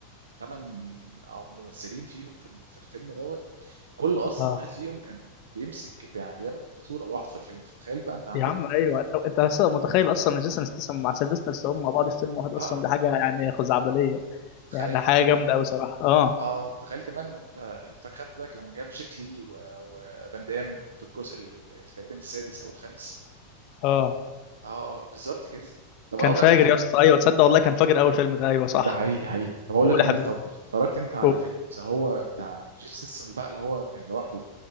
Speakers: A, on the right; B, on the left.
A: ثمان او ممثلين فيهم في في الفيلم دوت كل اصلا
B: اه
A: واحد فيهم كان بيمسك بيعمل بطوله لوحده في الفيلم فتخيل بقى انت عندك
B: يا عم ايوه انت أنت أصلاً متخيل اصلا إن جيسون ستاثام مع سيلفستر ستالون مع بعض في فيلم واحد
A: اه
B: اصلا دي حاجه يعني خزعبليه
A: تخيل
B: يعني حاجه
A: كمان
B: جامده قوي صراحه اه
A: اه تخيل كمان لو انت انت خدت بالك لما جاب جيت لي و- وفان دام في الجزء ال- ال- تقريبا السادس او الخامس
B: اه
A: اه بالظبط كده طب انا
B: كان
A: اقول
B: فاجر
A: لك انا حاجه
B: يا اسطى ايوه تصدق والله كان فاجر اول فيلم ده ايوه صح
A: ده حقيقي حقيقي طب اقول
B: قول
A: لك انا
B: يا حبيبي
A: طب اتفرجت انت على
B: قول
A: فيلم ذا هو بتاع جيسون ستاثام بقى اللي هو كان لوحده